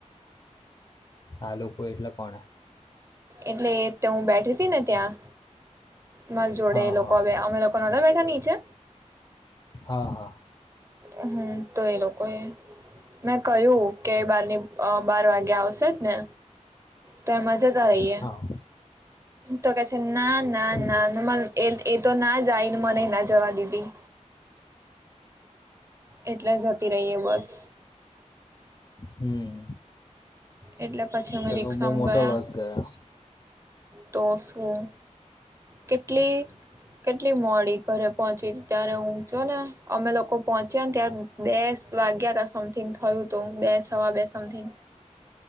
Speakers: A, on the left; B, on the right.
A: આ લોકો એટલે કોને
B: એટલે તે હું બેઠી હતી ને ત્યાં મારી જોડે
A: હા
B: એ લોકો
A: હા
B: હવે
A: હા
B: અમે લોકો નહોતા બેઠા હતા નીચે
A: હા હા
B: હમ તો એ લોકો મેં કહ્યું કે બારની બાર વાગે આવશે જ ને તેમજ જતા રહીએ
A: હા
B: તો કે છે ના ના
A: પણ
B: ના એ તો ના જાય મને ના જવા દીધી. એટલે જતી રહી એ બસ.
A: હમ
B: એટલે પછી અમે
A: તો
B: રિકક્ષા
A: એવો બહુ
B: માં
A: મોટો
B: ગયા.
A: લોસ ગયો
B: તો શું કેટલી કેટલી મોડી ઘરે પહોંચી ત્યારે હું જો ને અમે લોકો પહોંચ્યા ને ત્યારે બે વાગ્યા ત સમથિંગ થયું તો બે સવા બે સમથિંગ.